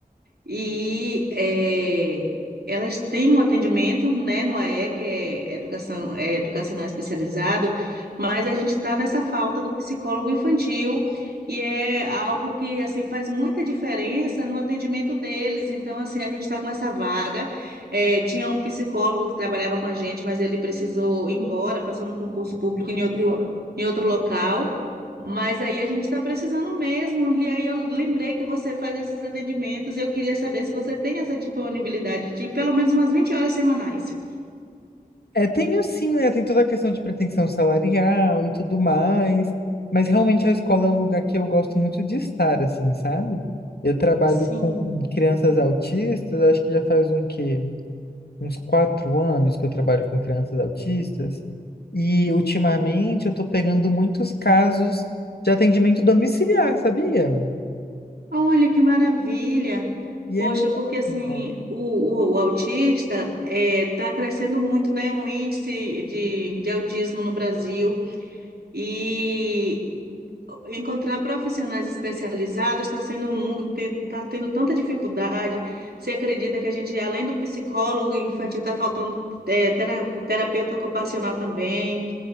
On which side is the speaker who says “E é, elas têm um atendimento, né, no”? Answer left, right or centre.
Right